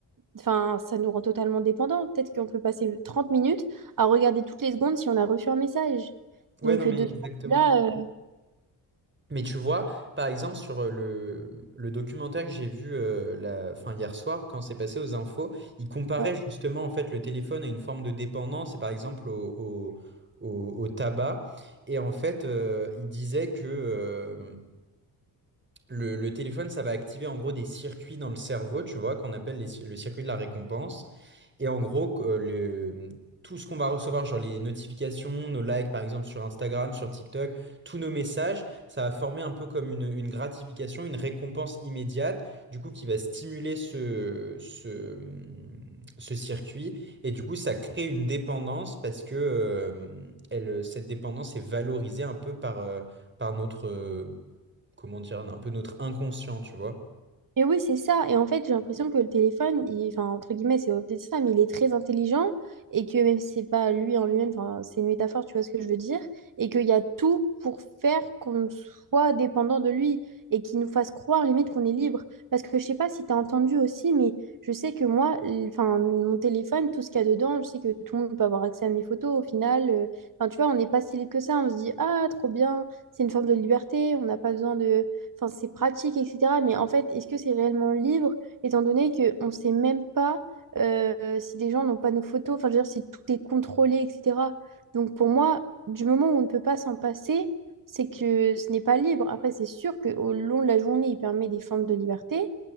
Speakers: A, on the right (about 50°); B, on the right (about 25°).
A: enfin, ça nous rend totalement dépendants. Peut-être qu'on peut passer 30 minutes à regarder toutes les secondes si on a reçu un message.
B: Ouais,
A: Donc,
B: non, mais
A: euh, de
B: exactement.
A: ce point de vue-là, euh,
B: Mais tu vois, par exemple, sur euh, le, le documentaire que j'ai vu euh, la, fin, hier soir, quand c'est passé aux infos, il comparait
A: ouais.
B: justement en fait le téléphone à une forme de dépendance, et par exemple au, au, au- au tabac. Et en fait, euh, il disait que euh, le, le téléphone, ça va activer en gros des circuits dans le cerveau, tu vois, qu'on appelle les cir- le circuit de la récompense. Et en gros, que, euh, le- tout ce qu'on va recevoir, genre les notifications, nos likes par exemple sur Instagram, sur TikTok, tous nos messages, ça va former un peu comme une, une gratification, une récompense immédiate, du coup qui va stimuler ce, ce, ce circuit. Et du coup, ça crée une dépendance parce que euh, elle, cette dépendance est valorisée un peu par, euh, par notre, euh, comment dire, un peu notre inconscient, tu vois.
A: Et oui, c'est ça. Et en fait, j'ai l'impression que le téléphone, il- enfin, entre guillemets, c'est peut-être ça, mais il est très intelligent et que même si c'est pas lui en lui-même, enfin, c'est une métaphore, tu vois ce que je veux dire, et qu'il y a tout pour faire qu'on soit dépendant de lui et qu'il nous fasse croire limite qu'on est libre. Parce que je sais pas si tu as entendu aussi, mais je sais que moi, l- enfin, mon téléphone, tout ce qu'il y a dedans, je sais que tout le monde peut avoir accès à mes photos au final. euh, Enfin, tu vois, on n'est pas si libre que ça. On se dit, ah, trop bien, c'est une forme de liberté, on n'a pas besoin de enfin, c'est pratique, etc. Mais en fait, est-ce que c'est réellement libre, étant donné qu'on ne sait même pas euh, si des gens n'ont pas nos photos, enfin, je veux dire, si tout est contrôlé, etc. Donc, pour moi, du moment où on ne peut pas s'en passer, c'est que ce n'est pas libre. Après, c'est sûr qu'au long de la journée, il permet des formes de liberté,